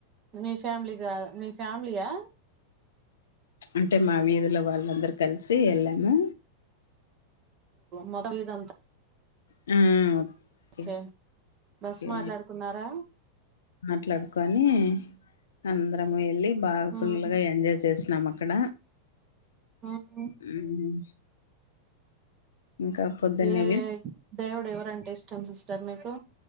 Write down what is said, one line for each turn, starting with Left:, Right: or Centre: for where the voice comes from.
Right: మీ ఫ్యామిలీగా మీ ఫ్యామిలీయా
Left: అంటే మా వీదిలో వాళ్ళందరూ కలిసి ఏళ్ళము
Right: మొదమీదంతా
Left: హుమ్
Right: ఓకే
Left: కే
Right: బస్
Left: కే
Right: మాట్లాడుకున్నారా
Left: మాట్లాడుకొని అందరము ఎళ్ళి బాగా
Right: ఉమ్
Left: ఫుల్లుగా ఎంజాయ్ చేస్నం అక్కడ
Right: ఉమ్
Left: హుమ్ ఇంకా పొద్దున్నవి
Right: ఏ దేవుడు ఎవరంటే ఇష్టం సిస్టర్ మీకు